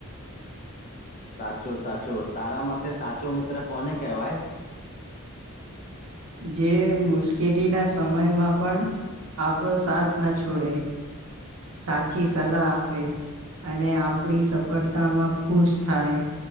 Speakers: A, on the left; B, on the right.
A: સાચું સાચું તારા મતે સાચો મિત્ર કોને કહેવાય?
B: જે મુશ્કેલીના સમયમાં પણ આપણો સાથ ના છોડે, સાચી સલાહ આપે અને આપડી સફળતામાં ખુશ થાય,